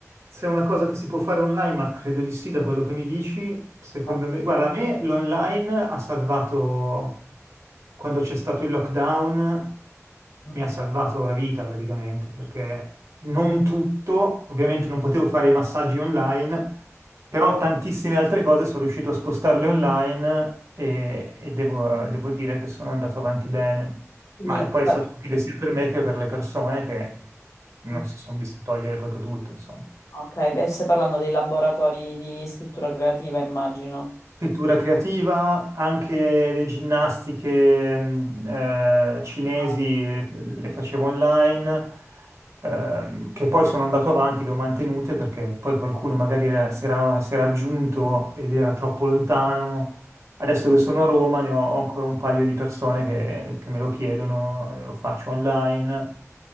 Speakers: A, on the right; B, on the left.
A: Se è una cosa che si può fare online, ma credo di sì, da quello che mi dici, secondo
B: Eh,
A: me, guarda, a me l'online ha salvato, quando c'è stato il lockdown,
B: Ok.
A: mi ha salvato la vita praticamente, perché non tutto, ovviamente non potevo fare i massaggi online, però tantissime altre cose sono riuscito a spostarle online e, e devo, devo dire che sono andato avanti bene.
B: Quindi,
A: Ma e poi
B: beh,
A: è stato utile sia per me che per le persone che non
B: mm,
A: si sono viste togliere proprio tutto, insomma.
B: ok, e stai parlando dei laboratori di scrittura creativa, immagino.
A: scrittura creativa, anche le ginnastiche mh, eh, cinesi
B: Ah,
A: eh, le facevo online, ehm, che poi sono andato avanti, le ho mantenute perché poi qualcuno magari era- si era, si era aggiunto ed era troppo lontano. Adesso che sono a Roma ne ho, ho ancora un paio di persone che, che me lo chiedono, eh, lo faccio online.